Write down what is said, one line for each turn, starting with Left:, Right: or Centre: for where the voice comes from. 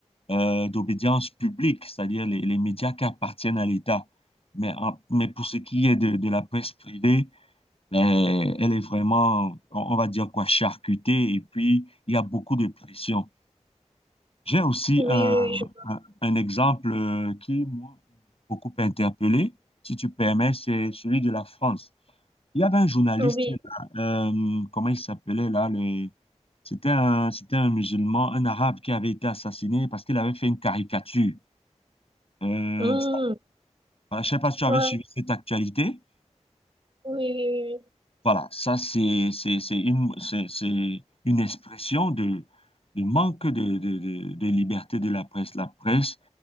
Left: euh, d'obédience publique, c'est-à-dire les, les médias qui appartiennent à l'État. Mais, en- mais pour ce qui est de, de la presse privée, euh, elle est vraiment, on on va dire quoi, charcutée. Et puis, il y a beaucoup de pression. J'ai aussi
Right: Oui,
Left: un,
Right: oui, oui. je-
Left: un- un exemple euh, qui moi beaucoup interpellé, si tu permets, c'est celui de la France. Il y avait un journaliste,
Right: Oui.
Left: là, euh, comment il s'appelait là, le- c'était un, c'était un musulman, un arabe qui avait été assassiné parce qu'il avait fait une caricature. Euh,
Right: Mm.
Left: je ne sais pas si tu avais
Right: Ouais.
Left: suivi cette actualité.
Right: Oui, oui,
Left: Voilà, ça c'est c'est- c'est une, c'est- c'est une expression de, de manque de de- de- de liberté de la presse. La presse